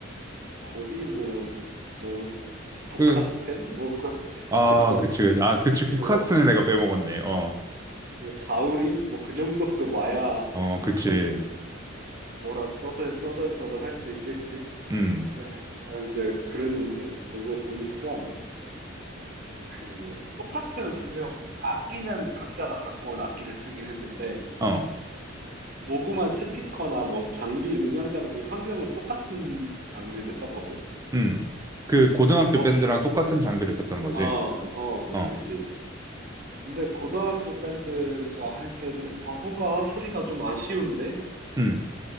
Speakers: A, on the right; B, on the right.
A: 거의 뭐, 뭐, 국카스텐?
B: 그,
A: 뭐, 그,
B: 아,
A: <laughs>
B: 그치. 그치. 아, 그치. 국카스는
A: 뭐,
B: 내가 빼먹었네.
A: <laughs>
B: 어.
A: 뭐 자우림? 뭐 그 정도급 와야
B: 어, 그치.
A: 뭐라 떠들 떠들 떠들 할 수 있겠지?
B: 음.
A: 에, 이제 그랬는데 그거 보니까 그 똑같은 분명 악기는 각자가 갖고 온 악기를 쓰긴 했는데
B: 어.
A: 녹음한 스피커나 뭐 장비, 음향 장비, 환경은 똑같은 장비를 썼거든?
B: 음. 그 고등학교
A: 어,
B: 밴드랑
A: 그럼.
B: 똑같은 장비를 썼다는 거지.
A: 어, 어,
B: 어.
A: 그지. 근데 고등학교 밴드가 할 때는 아, 뭔가 소리가 좀 아쉬운데?
B: 음.